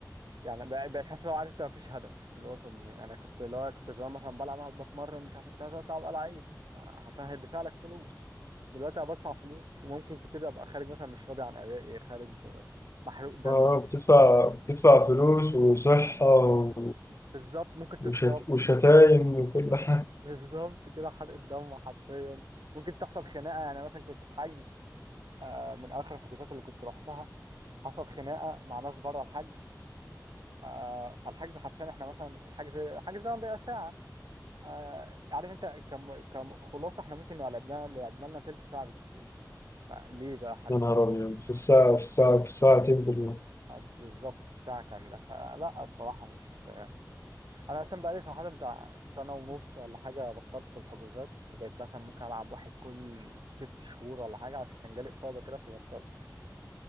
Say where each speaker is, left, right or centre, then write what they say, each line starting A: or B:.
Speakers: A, on the right; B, on the left.
A: يعني بقى- بقيت حاسس لو عارف انت مفيش هدف اللي هو طب انا كنت اللي هو كنت زمان مثلا بلعب بتمرن مش عارف إيه، كنت عايز اطلع ابقى لعيب آه، حرفيا هيدفع لك فلوس دلوقتي انا بدفع فلوس وممكن كتير ابقى خارج مثلا مش راضي عن ادائي خارج محروق دمي
B: اه بتدفع
A: حصل
B: بتدفع فلوس وصحة و-
A: بالظبط ممكن تتصاب
B: وشت... وشتايم وكل <laughs> حاجة
A: بالظبط كده حرق الدم حرفيا ممكن تحصل خناقه يعني مثلا كنت في حجز آه، من اخر الحجوزات اللي كنت روحتها حصل خناقه مع ناس بره الحجز آه، فالحجز حرفيا احنا مثلا الحجز الحجز ده بيبقى ساعه آه عارف انت كم كم خلاصه احنا ممكن نبقى لعبنا لعبنا لنا تلت ساعه بالكتير فليه بقى حضرتك
B: يا نهار أبيض في الساعة في الساعة في الساعتين بالله
A: آه، بالظبط في الساعه كامله فلا الصراحه مش انا اصلا بقالي صراحه بتاع سنه ونص ولا حاجه بطلت الحجوزات بقيت مثلا ممكن العب واحد كل ست شهور ولا حاجه عشان كان جالي اصابه كده فبطلت